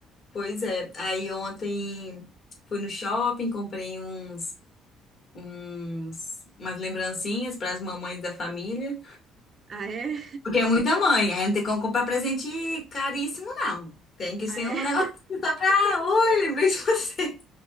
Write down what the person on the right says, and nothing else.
Ah, é?
Ah,
é?